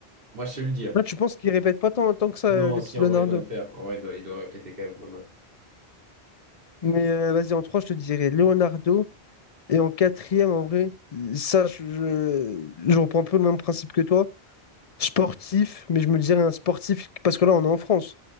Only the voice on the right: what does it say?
Moi, je sais le dire.
Non,
si,
en
vrai, il doit le faire. En vrai, il doit, il doit répéter quand même pas mal.